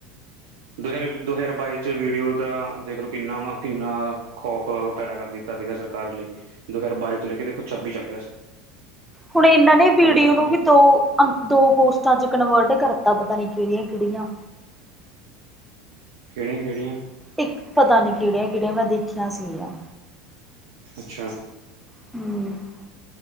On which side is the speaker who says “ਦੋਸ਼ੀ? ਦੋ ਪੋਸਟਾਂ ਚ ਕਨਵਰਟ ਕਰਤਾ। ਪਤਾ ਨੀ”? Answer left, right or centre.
Centre